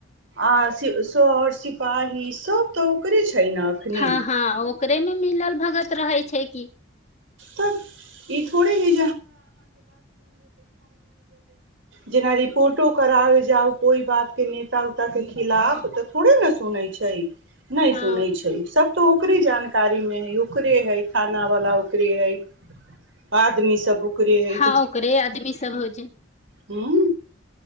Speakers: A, on the right (about 75°); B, on the left (about 40°).
A: आ सर सिपाही सब तऽ ओकर छानाखनी
B: हँ
A: <inaudible>
B: हँ ओकरे मे मिलल भगत रहे छै कि
A: तऽ ई थोड़े ह जे <inaudible> करा जाउ कोइ बात के नेता तक खिलाफ तऽ थोड़े ने सुनैत छै नहि
B: हँ
A: सुनै छै सब तो ओकरे जानकारी में है ओकरे है ख वला ओकरे है आदमी सब ओकरे हइ
B: हँ ओकरे आदमी सब होज
A: हू